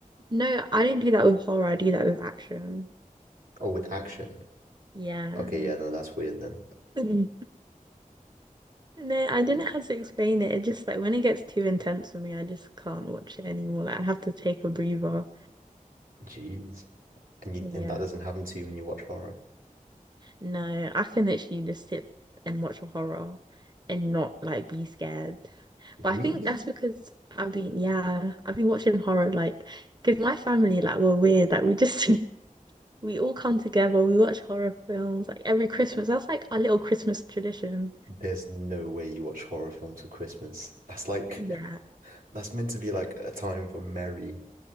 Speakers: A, on the right (about 30°); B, on the right (about 85°).
A: no, I don't do that with horror. I do that with action.
B: Oh, with action.
A: Yeah.
B: Okay, yeah, no, that's weird then.
A: <laughs> Mhm. No, I don't know how to explain it. It just like when it gets too intense for me, I just can't watch it anymore. Like I have to take a breather.
B: Jeez. And you
A: Yeah.
B: and that doesn't happen to you when you watch horror.
A: No, I can literally just sit and watch a horror and not like be scared. But
B: Really?
A: I think that's because I've been, yeah, I've been watching horror like because my family like we're weird. Like we just <laughs> we all come together. We watch horror films like every Christmas. That's like our little Christmas tradition.
B: There's no way you watch horror films for Christmas. That's like
A: Yeah.
B: <laughs> that's meant to be like a time for merry,